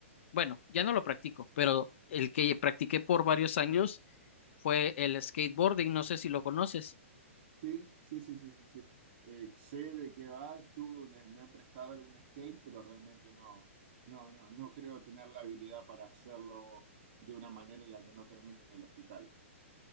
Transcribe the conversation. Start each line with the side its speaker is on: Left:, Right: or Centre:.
Left: bueno, ya no lo practico, pero el que practiqué por varios años fue el skateboarding. No sé si lo conoces.
Right: Sí, sí, sí, sí, sí, sí. Eh, sé de qué va, tuve un- me han prestado algún skate, pero realmente no, no, no, no creo tener la habilidad para hacerlo de una manera en la que no termine en el hospital.